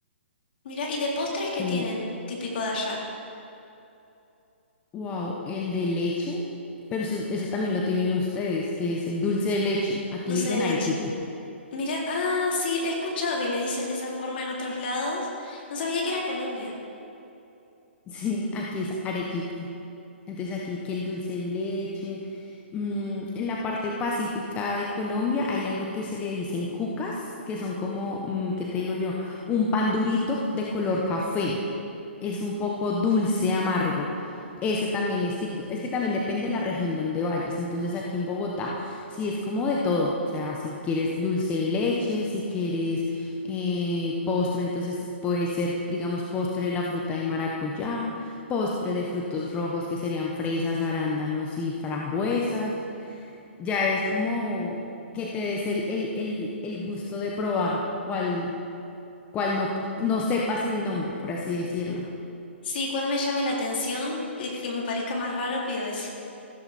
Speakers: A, on the left (about 55°); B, on the left (about 20°).
A: Mira, ¿y de postres qué
B: Eh,
A: tienen típico de allá?
B: wow, el de leche, pero eso, eso también lo tienen ustedes, que es el dulce de leche. Aquí
A: Dulce
B: le dicen
A: de leche.
B: arequipe. <laughs>
A: Mira, ah, sí, he escuchado que le dicen de esa forma en otros lados. No sabía que era Colombia.
B: Sí, aquí es arequipe. Entonces aquí que el dulce de leche. mm, en la parte pacífica de Colombia hay algo que se le dicen cucas, que son como, mm, ¿qué te digo yo? Un pan durito de color café. Es un poco dulce, amargo. Ese también es típico. Es que también depende de la región donde vayas. Entonces aquí en Bogotá sí es como de todo. O sea, si quieres dulce de leche, si quieres eh, postre, entonces puede ser, digamos, postre de la fruta de maracuyá, postre de frutos rojos que serían fresas, arándanos y frambuesas. Ya es como que te des el, el- el- el gusto de probar cuál, cuál no, no sepas el nombre, por así decirlo.
A: Sí, cuál me llame la atención, el que me parezca más raro, pido ese.